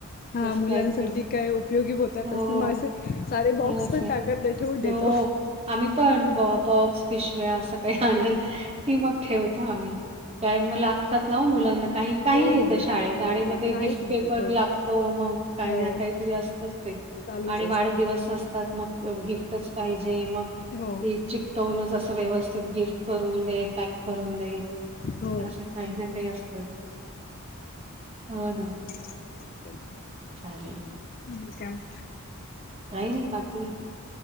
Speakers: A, on the left; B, on the right.
A: हा
B: तसं
A: मुलांसाठी
B: काहीतरी
A: काय उपयोगी होतातस
B: हो, हो.
A: ना मग असे सारे
B: खरंच
A: बॉक्स पण
B: आहे.
A: टाकत त्या ठेव देतो
B: हो. आम्ही पण बॉक्स पिशव्या असं काही आलं की मग ठेवत आम्ही कारण मला लागतात नाव मुलांना काही काही
A: हो
B: येत
A: हो
B: शाळेत आणि मग ते
A: काही
B: गिफ्ट
A: सांगतात
B: पेपर
A: हो
B: लागतो मग काही
A: हो
B: ना काहीतरी असतच ते
A: चालूच
B: आणि
A: असतं
B: वाढदिवस असतात मग गिफ्टच पाहिजे मग
A: हो
B: च टोनच असं व्यवस्थित गिफ्ट करून देॅक करून दे
A: हो
B: असं काही ना काही असतच हो ना
A: च
B: चालेल.
A: ह काम.
B: काही नाही बाकी